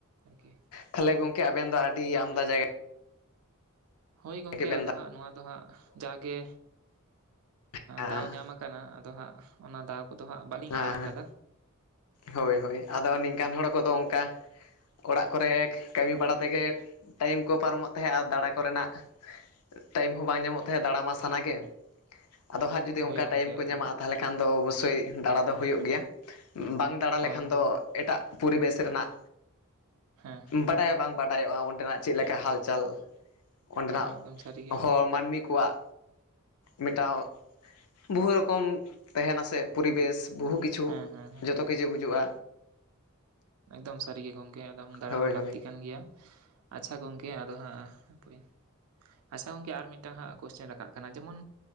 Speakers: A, on the right (about 70°); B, on the left (about 80°).
A: ᱟᱨᱠᱤ
B: ᱛᱟᱦᱚᱞᱮ ᱜᱚᱝᱠᱮ ᱟᱵᱮᱱ ᱫᱚ ᱟᱹᱰᱤ ᱟᱢᱫᱟ ᱡᱟᱭᱜᱟ
A: ᱦᱳᱭ ᱜᱚᱝᱠᱮ
B: ᱜᱮᱵᱮᱱ
A: ᱟᱫᱚ ᱦᱟᱸᱜ ᱱᱚᱣᱟ ᱫᱚ ᱦᱟᱸᱜ ᱡᱟᱜᱮ
B: ᱫᱟᱬᱟᱱᱟ᱾
A: ᱫᱟᱣ ᱧᱟᱢ ᱟᱠᱟᱱᱟ ᱟᱫᱚ ᱦᱟᱸᱜ ᱚᱱᱟ ᱫᱟᱣ ᱠᱚᱫᱚ ᱦᱟᱸᱜ ᱵᱟᱹᱞᱤᱧ
B: ᱦᱮᱸ
A: ᱟᱲᱟᱜ ᱠᱟᱫᱟ ᱾
B: ᱦᱳᱭ ᱦᱳᱭ ᱟᱫᱚ ᱱᱤᱝᱠᱟᱱ ᱦᱚᱲ ᱠᱚᱫᱚ ᱚᱱᱠᱟ ᱚᱲᱟᱜ ᱠᱚᱨᱮ ᱠᱟᱹᱢᱤ ᱵᱟᱲᱟ ᱛᱮᱜᱮ ᱴᱟᱭᱤᱢ ᱠᱚ ᱯᱟᱨᱚᱢᱚᱜ ᱛᱟᱦᱮᱸᱱᱟ ᱟᱨ ᱫᱟᱬᱟ ᱠᱚᱨᱮᱱᱟᱜ ᱴᱟᱭᱤᱢ ᱦᱚᱸ ᱵᱟᱝ ᱧᱟᱢᱚᱜ ᱛᱟᱦᱮᱸᱫ ᱫᱟᱬᱟ ᱢᱟ ᱥᱟᱱᱟ ᱜᱮ ᱟᱫᱚ ᱦᱟᱸᱜ ᱡᱩᱫᱤ
A: ᱦᱳᱭ
B: ᱚᱱᱠᱟ
A: ᱜᱚᱢᱠᱮ
B: ᱴᱟᱭᱤᱢ ᱠᱚ
A: ᱟᱫᱚ
B: ᱧᱟᱢᱚᱜᱼᱟ
A: ᱦᱟᱸᱜ
B: ᱛᱟᱦᱚᱞᱮ ᱠᱷᱟᱱ ᱫᱚ ᱚᱵᱚᱥᱥᱳᱭ ᱫᱟᱬᱟ ᱫᱚ ᱦᱳᱭᱳᱜ ᱜᱮᱭᱟ ᱾ ᱵᱟᱝ ᱫᱟᱬᱟ
A: ᱦᱳᱭ
B: ᱞᱮᱠᱷᱟᱱ
A: ᱦᱳᱭ
B: ᱫᱚ ᱮᱴᱟᱜ ᱯᱚᱨᱤᱵᱮᱥ ᱨᱮᱱᱟᱜ
A: ᱦᱮᱸ ᱦᱮᱸ
B: ᱵᱟᱰᱟᱭ ᱵᱟᱝ ᱵᱟᱰ ᱵᱟᱰᱟᱭᱚᱜᱼᱟ ᱚᱸᱰᱮᱱᱟᱜ ᱪᱮᱫ ᱞᱮᱠᱟ ᱦᱟᱞᱪᱟᱞ ᱚᱸᱰᱮᱱᱟᱜ
A: ᱦᱮᱸ ᱮᱠᱫᱚᱢ ᱥᱟᱹᱨᱤᱜᱮ
B: ᱦᱚ ᱢᱟᱹᱱᱢᱤ ᱠᱚᱣᱟᱜ ᱢᱮᱴᱟᱣ ᱵᱩᱦᱩ ᱨᱚᱠᱚᱢ ᱛᱟᱦᱮᱸᱱᱟ ᱥᱮ ᱯᱚᱨᱤᱵᱮᱥ ᱵᱩᱦᱩ ᱠᱤᱪᱷᱩ
A: ᱦᱩᱸ ᱦᱩᱸ
B: ᱡᱚᱛᱚ ᱠᱤᱪᱷᱩ ᱵᱩᱡᱩᱜᱼᱟ᱾
A: ᱮᱠᱫᱚᱢ ᱥᱟᱹᱨᱤ ᱜᱮ ᱜᱚᱝᱠᱮ ᱮᱠᱫᱚᱢ ᱫᱟᱬᱟ
B: ᱦᱳᱭ
A: ᱦᱚᱸ ᱞᱟᱹᱠᱛᱤ
B: ᱦᱳᱭ
A: ᱠᱟᱱ ᱜᱮᱭᱟ᱾ ᱟᱪᱪᱷᱟ ᱜᱚᱝᱠᱮ ᱟᱫᱚ ᱦᱟᱸᱜ ᱦᱟᱯᱚᱭ ᱟᱪᱪᱷᱟ ᱜᱚᱝᱠᱮ ᱟᱨ ᱢᱤᱫᱴᱟᱝ ᱠᱚᱥᱪᱮᱱ ᱨᱟᱠᱟᱵ ᱠᱟᱱᱟ ᱡᱮᱢᱚᱱ